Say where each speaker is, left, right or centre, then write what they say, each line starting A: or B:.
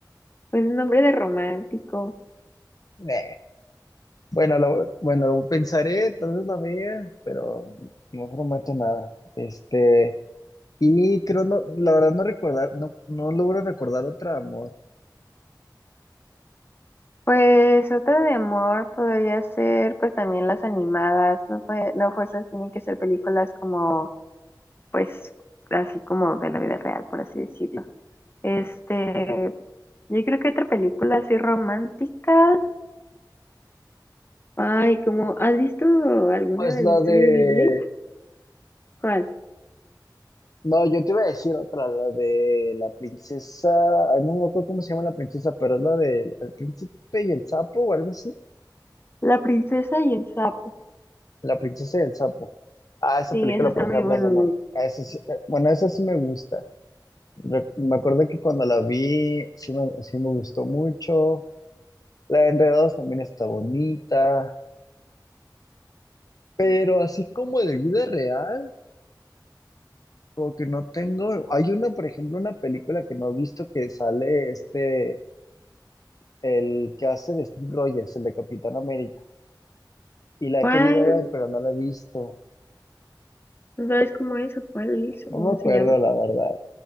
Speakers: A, on the left; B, on the left.
A: Pues un nombre de romántico.
B: Nah. Bueno, lo, bueno, lo pensaré, tal vez la vea, pero no prometo nada. Este, y creo, no, la verdad no recordar, no, no logro recordar otra, amor.
A: Pues otra de amor podría ser pues también las animadas, no, puede- no fuerzas tienen que ser películas como pues así como de la vida real, por así decirlo. Este, yo creo que otra película así romántica, Ay, como, ¿has visto alguna
B: Pues
A: del
B: la
A: estudio
B: de,
A: Ghibli? ¿Cuál?
B: no, yo te iba a decir otra, la de la princesa, ay, no me acuerdo cómo se llama la princesa, pero es la de El Príncipe y el Sapo o algo así.
A: La princesa y el sapo.
B: La princesa y el Sapo. Ah, esa
A: Sí,
B: película,
A: esa está
B: por ejemplo,
A: muy buena.
B: es de amor. Ah, esa sí- eh, bueno, esa sí me gusta. Rec- Me acuerdo que cuando la vi, sí me, sí me gustó mucho. La de Enredados también está bonita, pero así como de vida real, como que no tengo. Hay una, por ejemplo, una película que no he visto que sale este, el que hace de Steve Rogers, el de Capitán América, y la he
A: ¿Cuál?
B: querido ver, pero no la he visto.
A: ¿No ¿Sabes cómo es o cuál es o
B: No
A: cómo
B: me acuerdo,
A: se llama?
B: la verdad.